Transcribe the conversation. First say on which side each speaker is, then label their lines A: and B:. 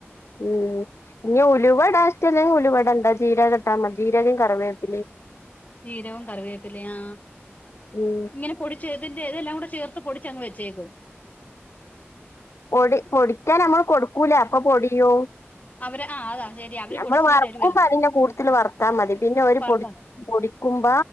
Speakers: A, on the left (about 75°); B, on the left (about 35°).
A: ഉം ഞ്ഞി ഉലുവ ഇടാൻ ഇഷ്ടല്ലെങ്കി ഉലുവ ഇടണ്ട ജീരകം ഇട്ട മതി ജീരകേം കറിവേപ്പിലേം
B: ജീരകോം കറിവേപ്പിലേം ആ
A: ഉം
B: ഇങ്ങനെ പൊടിച്ച് ൻ്റെ ഇതെല്ലാം കൂടെ ചേർത്ത് പൊടിച്ചങ്ങ് വെച്ചേക്കും
A: പൊടി പൊടിക്കാൻ നമ്മൾ കൊടുക്കൂലെ അപ്പൊ പൊടിയും
B: അവര് ആഹ് അതാ ശെരി അവര്
A: ഞമ്മൾ
B: പൊടിച്ചിനി
A: വറക്കുമ്പോ
B: തരുവല്ലോ
A: അതിന്റെ കൂട്ടത്തില് വറുത്താ മതി പിന്നെ ഓല്
B: വറുത്ത്
A: പൊടി പൊടിക്കുമ്പ